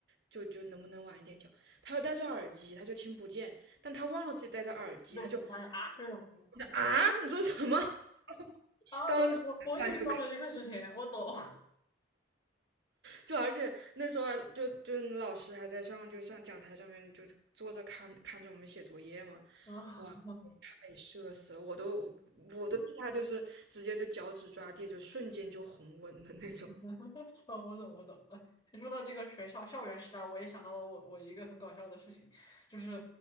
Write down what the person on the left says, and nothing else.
就很尴尬啊这种。
啊，
我我我也遇到过这个事情，我懂。<laughs>
啊，
<laughs> 哦，我懂，我懂。哎，你说到这个学校校园时代，我也想到了我我一个很搞笑的事情，就是